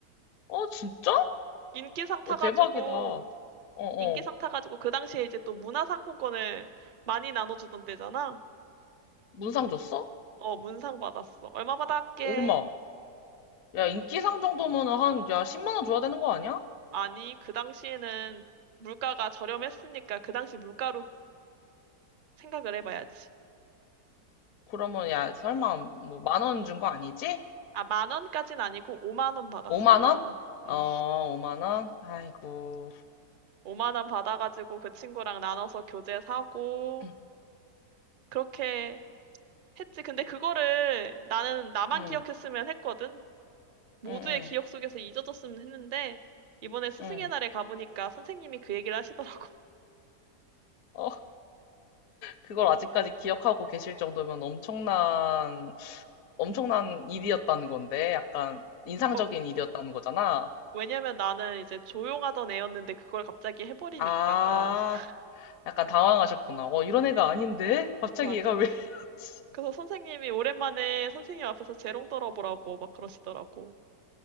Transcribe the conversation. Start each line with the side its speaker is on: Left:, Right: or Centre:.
Left: 어, 진짜?
Right: 인기상 타가지고,
Left: 야, 대박이다. 어, 어.
Right: 인기상 타가지고, 그 당시에 이제 또 문화상품권을 많이 나눠주던 때잖아.
Left: 문상 줬어?
Right: 어, 문상 받았어. 얼마 받았게?
Left: 얼마? 야, 인기상 정도면은 한, 야, 10만 원 줘야 되는 거 아니야?
Right: 아니, 그 당시에는 물가가 저렴했으니까 그 당시 물가로 생각을 해봐야지.
Left: 그러면 야 설마 뭐 만 원 준거 아니지?
Right: 아, 만 원까진 아니고 5만 원 받았어,
Left: 5만
Right: 5만
Left: 원?
Right: 원.
Left: 어,
Right: 음,
Left: 5만 원? 아이고.
Right: 5만 원 받아가지고 그 친구랑 나눠서 교재 사고,
Left: <clears throat>
Right: 그렇게 했지. 근데 그거를 나는 나만
Left: 응,
Right: 기억했으면 했거든. 모두의
Left: 응,
Right: 기억
Left: 응,
Right: 속에서 잊어졌으면 했는데, 이번에 스승의
Left: 응.
Right: 날에 가보니까 선생님이 그 얘기를 하시더라고. <laughs>
Left: 어, 그걸 아직까지 기억하고 계실 정도면 엄청난, 엄청난 일이었다는 건데, 약간 인상적인
Right: 어,
Left: 일이었다는 거잖아.
Right: 왜냐면 나는 이제 조용하던 애였는데 그걸 갑자기 해버리니까.
Left: 아,
Right: <laughs>
Left: 약간 당황하셨구나. 어, 이런 애가 아닌데? 갑자기
Right: 맞아.
Left: 얘가 왜 이러지?
Right: 그래서 선생님이 오랜만에 선생님 앞에서 재롱 떨어보라고 막 그러시더라고.